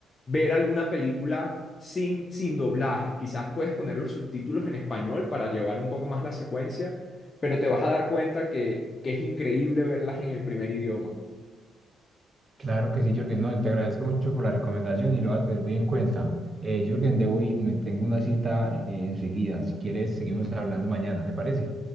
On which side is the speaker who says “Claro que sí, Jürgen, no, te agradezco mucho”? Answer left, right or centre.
Right